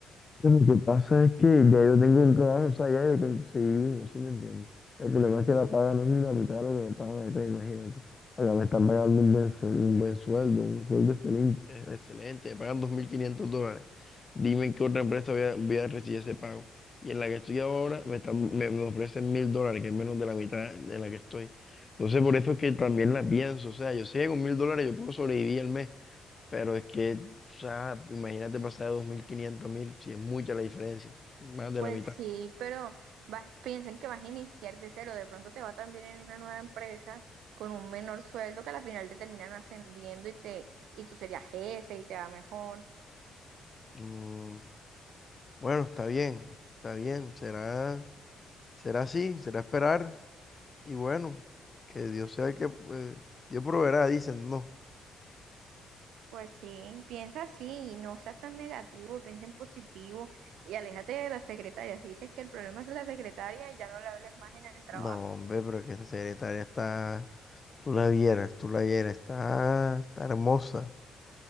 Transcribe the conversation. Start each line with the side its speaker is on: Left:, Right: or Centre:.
Left: Lo que pasa es que ya yo tengo un trabajo, o sea, ya yo conseguí uno, ¿sí me entiendes? El problema
Right: Ujú.
Left: es que la paga no es ni la mitad de lo que me pagan acá, imagínate. Acá me están pagando un buen, su- un buen sueldo, un sueldo excelente, excelente, me pagan 2.500 dólares. Dime en qué otra empresa voy a, voy a recibir ese pago. Y en la que estoy ahora me, están, me, me ofrecen 1.000 dólares, que es menos de la mitad de la que estoy. Entonces por eso es que también la pienso, o sea, yo sé que con 1.000 dólares yo puedo sobrevivir al mes. Pero es que, o sea, imagínate pasar de 2.500 a 1.000, si es mucha la diferencia, más de
Right: Pues
Left: la mitad.
Right: sí, pero vas, piensen que vas a iniciar de cero, de pronto te va también en una nueva empresa con un menor sueldo que al final te terminan ascendiendo y te y tú serías jefe y te va mejor.
Left: Mm, bueno, está bien, está bien, será, será así, será esperar y bueno, que Dios sea el que, eh, Dios proveerá, dicen, no.
Right: Pues sí, piensa así y no seas tan negativo, piensa en positivo y aléjate de la secretaria. Si dices que el problema es la secretaria, ya no le hables más en el trabajo.
Left: No, hombre, pero es que esa secretaria está, tú la vieras, tú la vieras, está, está hermosa.